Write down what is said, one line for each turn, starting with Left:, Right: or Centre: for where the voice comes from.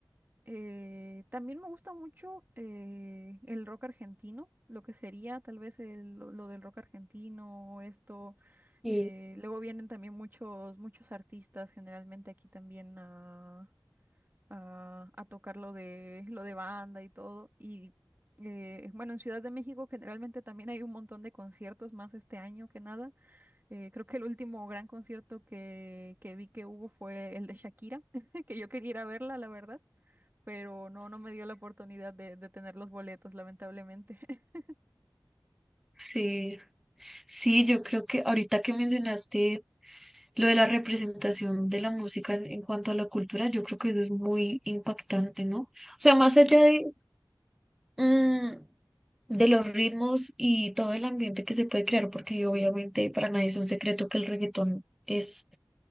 Right: Eh, también me gusta mucho eh, el rock argentino, lo que sería tal vez el- lo lo del rock argentino, esto.
Centre: Sí,
Right: eh, luego vienen también muchos, muchos artistas generalmente aquí también a, a, a tocar lo de, lo de banda y todo. Y eh, bueno, en Ciudad de México generalmente también hay un montón de conciertos más este año que nada. Eh, creo que el último gran concierto que, que vi que hubo fue el de Shakira, <laughs> que yo quería ir a verla, la verdad pero no, no me dio la oportunidad de, de tener los boletos, lamentablemente. <laughs>
Centre: sí, sí, yo creo que ahorita que mencionaste lo de la representación de la música en, en cuanto a la cultura, yo creo que eso es muy impactante, ¿no? O sea, más allá de, mm, de los ritmos y todo el ambiente que se puede crear, porque obviamente para nadie es un secreto que el reggaetón es